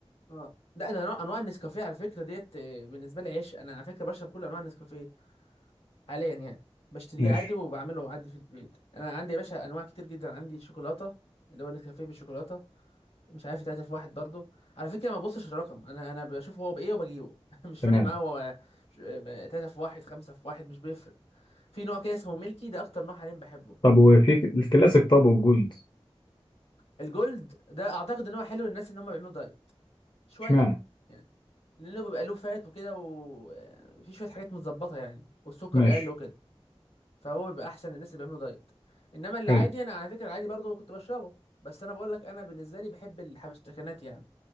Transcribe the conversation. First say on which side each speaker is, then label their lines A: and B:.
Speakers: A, on the left (about 70°); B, on the left (about 50°).
A: اه ده انا انواع أنواع النسكافيه على فكره ديت آه، بالنسبه لي عشق انا على فكره بشرب كل انواع النسكافيه حاليا يعني بشتريه
B: ماشي
A: عادي وبعمله عادي في البيت انا عندي يا باشا انواع كتير جدا عندي شوكولاته اللي هو نسكافيه بالشوكولاته مش عارف تلاته في واحد برضه على فكره ما ببصش الرقم انا انا بشوف هو بايه وبجيبه <laughs> مش
B: تمام
A: فارق معايا هو ش- م- تلاته في واحد خمسه في واحد مش بيفرق في نوع كده اسمه ميلكي ده اكتر نوع حاليا بحبه
B: طب وفي الكلاسيك طب والجولد
A: الجولد ده اعتقد ان هو حلو للناس ان هم بيعملوا دايت شويه
B: اشمعنى؟
A: يعني لانه بيبقى له فات وكده وفي شويه حاجات متظبطه يعني والسكر
B: ماشي
A: قل وكده فهو بيبقى احسن للناس اللي بيعملوا دايت انما اللي
B: حلو
A: عادي انا على فكره العادي برضه كنت بشربه بس انا بقول لك انا بالنسبه لي بحب الحبشتكنات يعني